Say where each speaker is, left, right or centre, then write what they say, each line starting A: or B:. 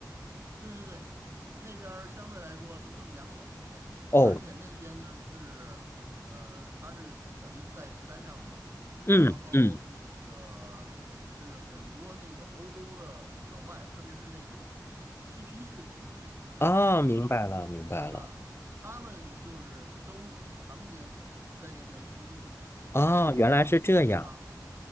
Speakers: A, on the right (about 35°); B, on the left (about 35°).
A: 对对对，那边儿相对来说更凉爽一些，
B: 哦。
A: 而且那边呢是，呃，它是等于在山上嘛，然后这个是很多那个欧洲的老外，
B: 嗯嗯，
A: 特别是那种嬉皮士群体，
B: 啊，
A: 嬉皮士，
B: 明白了明白了，
A: 嗯，他们就是都常年在那边居住，
B: 啊，
A: 所以把那个地方
B: 原来是这样。